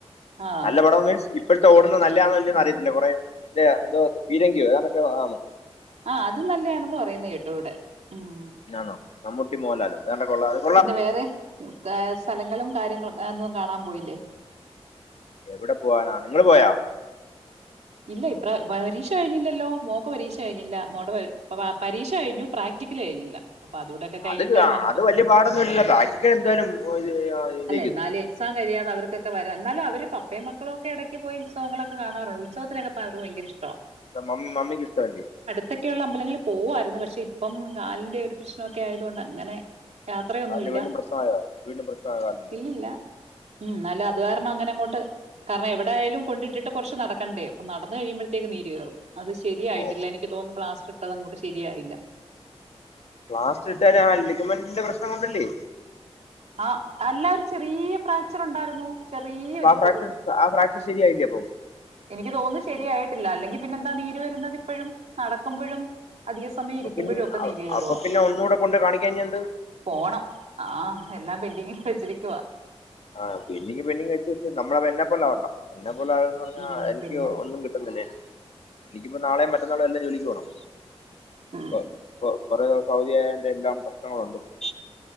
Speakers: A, on the right; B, on the left.
A: ആഹ്
B: നല്ല പടം മീൻസ് ഇപ്പോഴത്തെ ഓടുന്ന നല്ലായാന്നോന്ന് ചോദിച്ച അറിയത്തില്ല കുറെ എന്തോ പീരങ്കിയോ ഏതാണ്ടൊക്കെ ആണ്
A: ആഹ് അത് നല്ലതാണെന്ന് പറയുന്ന കേട്ടു ഇവിടെ ഉം
B: ആണോ മമ്മൂട്ടി മോഹൻലാലോ <unintelligible>
A: പിന്നെ വേറെ സ്ഥലങ്ങളും കാര്യങ്ങളും ഒന്നും കാണാൻ പോയില്ലേ
B: എവിടെ പോവാനാ നിങ്ങള് പോയാ
A: ഇല്ല ഇപ്ര പരീക്ഷ കഴിഞ്ഞില്ലല്ലോ മോൾക്ക് പരീക്ഷ കഴിഞ്ഞില്ല മോൾടെ പരീക്ഷ കഴിഞ്ഞു പ്രാക് പ്രാക്റ്റിക്കൽ കഴിഞ്ഞില്ല അപ്പൊ അതൂടെക്കെ കഴിഞ്ഞിട്ടേ
B: അത്
A: വാനപ്പ
B: അത് വലിയ പാടൊന്നും ഇല്ലല്ലോ ബാക്കി എന്തായാലും
A: അല്ല
B: ജയിക്കത്തില്ലെ
A: എന്നാലും എക്സാം കഴിയാതെ അവർക്കൊക്കെ വരാ എന്നാലും അവര് പപ്പേം മക്കളൊക്കെ ഇടക്ക് പോയി ഉത്സവങ്ങളൊക്കെ കാണാറു ഉത്സവത്തിന് ഒക്കെ പോവാൻ അവർക്ക് ഭയങ്കര ഇഷ്ട
B: മമ്മി മമ്മിക്ക് ഇഷ്ട്ട അല്ലെ
A: അടുത്തൊക്കെയുള്ള അമ്പലങ്ങളിൽ പോവായിരുന്നു പക്ഷെ ഇപ്പം കാലിന്റെ ഒരു പ്രശ്നമൊക്കെ ആയതുകൊണ്ട് അങ്ങനെ യാത്രയൊന്നുവില്ല
B: കാലിന് വീണ്ടും പ്രശ്നമായോ വീണ്ടും പ്രശ്നമായോ കാലിന്
A: ഇല്ലില്ല ഉം എന്നാലും അത് കാരണം അങ്ങനെ അങ്ങോട്ട് കാരണം എവിടെയാലും കൊണ്ടിട്ടിട്ട് കുറച്ച് നടക്കണ്ടേ അപ്പ നടന്ന് കഴിയുമ്പോഴ ത്തേക്കും നീര് കയറും അത് ശരിയായിട്ടില്ല
B: ഓ
A: എനിക്ക് തോന്നുന്നു പ്ലാസ്റ്റർ ഇട്ടത് അങ്ങോട്ട് ശരിയായില്ല
B: പ്ലാസ്റ്റ് ഇട്ടത് ആ ലിഗമന്റിന്റെ പ്രശ്നം കൊണ്ടല്ലേ
A: ആഹ് അല്ല ഒരു ചെറിയ ഫ്രാക്ചർ ഉണ്ടായിരുന്നു ചെറിയൊരു
B: അപ്പം ആഹ് ഫ്രാക്ചർ
A: ചെറു
B: ആഹ് ഫ്രാക്ചർ ശരിയായില്ലെ അപ്പൊ
A: എനിക്ക് തോന്നുന്നു ശരിയായിട്ടില്ല അല്ലെങ്കിൽ പിന്നെന്താ നീര് വരുന്നത് ഇപ്പോഴും നടക്കുമ്പോഴും അധിക സമയം
B: അപ്പൊ
A: ഇരിക്കുമ്പോഴും
B: പിന്നെ
A: ഒക്കെ നീര് കയറുവാ
B: അപ്പൊ പിന്നെ ഒന്ന് കൂടെ കൊണ്ട് കാണിക്കാഞ്ഞ എന്ത്
A: പോണം ആഹ് എല്ലാം പെൻഡിങ്ങിൽ വെച്ചിരിക്കുവ
B: ആഹ് പെന്റിങ് പെന്റിങ് വെച്ച് വെച്ച് നമ്മള എന്നെ പോലെ ആവണ്ട എന്നെ പോലെ ആവാന്ന് പറഞ്ഞ
A: ഉം
B: എനിക്ക്
A: പിന്നെ
B: ഒന്നും കിട്ടുന്നില്ലേ എനിക്കിപ്പോ നാളെയും മറ്റന്നാളും എല്ലാം ജോലിക്ക് പോകണം
A: ഉം
B: കൊ കൊ കൊറേ ദിവസം അവധിയായൊണ്ട് എല്ലാം പ്രശ്നങ്ങള് ഉണ്ട് ഇപ്പൊ